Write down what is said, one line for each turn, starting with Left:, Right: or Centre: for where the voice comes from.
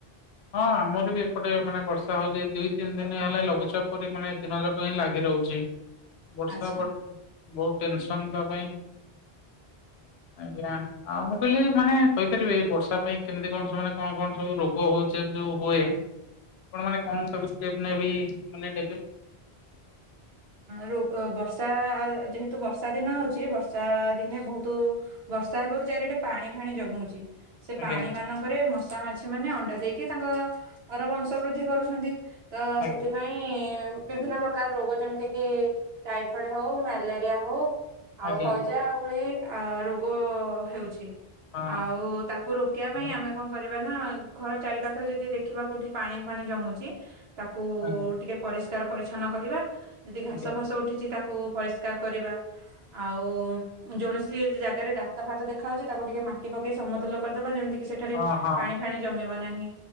Left: ହଁ ଆମର ବି ଏପଟେ ମାନେ ବର୍ଷା କଥା ହଉଛି ଦୁଇ ତିନି ଦିନ ହେଲେ ଲଘୁଚାପ ପରି ମାନେ ଦିନ ଯାକ ହିଁ ଲାଗି ରହୁଛି ବର୍ଷା
Right: ଆଚ୍ଛା
Left: ବଷ ବହୁତ ଟେନସନ ତା ପାଇଁ ଆଜ୍ଞା ଆଉ ମୁଁ କହିଲି ମାନେ କହିପାରିବି ବର୍ଷା ପାଇଁ କେମିତି କଣ ସ ମାନେ କଣ କଣ ସବୁ ରୋଗ ହଉଛି ଜ ଯେ ହୁଏ ଆଣ ମାନେ କଣ ସବୁେପ ନେବ ମାନେ ନେବେ
Right: ର ବର୍ଷା ଯେହେତୁ ବର୍ଷା ଦିନ ହଉଛି ବର୍ଷା ଦିନେ ବହୁତ ବର୍ଷା ଚାରିଆଟେ ପାଣି ଫାଣି ଜମୁଛି ସେ
Left: ଆଜ୍ଞା
Right: ପାଣି ମାନଙ୍କରେ ମଶା ମାଛି ମାନେ ଅଣ୍ଡା ଦେଇକି କି ତାଙ୍କର ବଂଶ ବୃଦ୍ଧି କରୁଛନ୍ତି ତ
Left: ଆଜ୍ଞା
Right: ସେଥିପାଇଁ ବିଭିନ୍ନ ପ୍ରକାର ରୋଗ ଯେମିତି କିି ଟାଇଫଏଡ ହଉ ମ୍ୟାଲେରିଆ ହଉ ଆଉ
Left: ଆଜ୍ଞା
Right: ହଇଜା
Left: ଆଜ୍ଞା
Right: ଭଳି ଆ ରୋଗ ହେଉଛି
Left: ହଁ
Right: ଆଉ ତାକୁ ରୋକିବା ପାଇଁ
Left: ହଁ।
Right: ଆମେ କଣ କରିବା ନା ଘର ଚାରି ପାଖ ପାରେ ଯଦି ଦେଖିବା କୋଉଠି ପାଣି ଫାଣି ଜମୁଛି ତାକୁ
Left: ଆଜ୍ଞା
Right: ଟିକେ ପରିଷ୍କାର ପରିଚ୍ଛନ କରିବା ଯଦି ଘାସ
Left: ଆଜ୍ଞା। ଆଜ୍ଞା
Right: ଫାସ ଉଠିଛି ତାକୁ ପରିଷ୍କାର କରିବା ଆଉ କୌଣସି ଜାଗାରେ ଗାତ ଫାତ ଦେଖାାଯାଉଛି ତାକୁ ଟିକେ ମାଟି ପକେଇ ସମସ୍ତେ ଲ କରିଦବା ଯେମିତି କି ସେଠାରେ
Left: ହଁ ହଁ
Right: ପାଣି ଫାଣି ଜମିବ ନାହିଁ